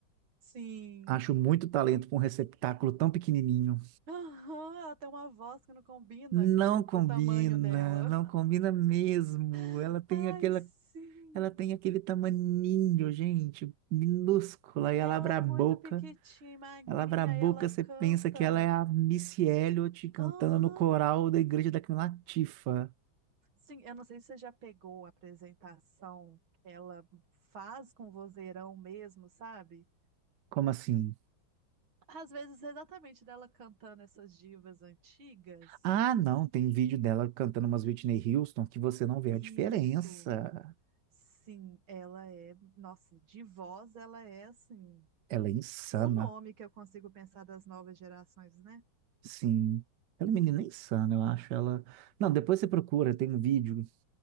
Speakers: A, on the right; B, on the right.
A: Sim.
B: acho muito talento para um receptáculo tão pequenininho.
A: Aham, ela tem uma voz que não combina
B: Não combina,
A: com o tamanho dela.
B: não combina mesmo.
A: <laughs>
B: Ela tem
A: Ai,
B: aquela,
A: sim.
B: ela tem aquele tamaninho, gente, minúscula, e ela
A: Ela
B: abre
A: é
B: a boca
A: muito pequitinha e magrinha
B: Ela abre a boca,
A: e ela
B: você
A: canta.
B: pensa que ela é a Missy Elliott cantando
A: Aham.
B: no coral da igreja da Queen Latifah.
A: Sim, eu não sei se você já pegou a apresentação que ela faz com vozeirão mesmo, sabe?
B: Como assim?
A: Às vezes, exatamente dela cantando essas divas antigas.
B: Ah, não, tem vídeo dela cantando umas Whitney Houston que você não vê
A: Isso.
B: a diferença.
A: Sim, ela é, nossa, de voz ela é assim,
B: Ela é insana,
A: o nome que eu consigo pensar das novas gerações, né?
B: sim. Ela é uma menina insana, eu acho. Ela. Não, depois você procura, tem um vídeo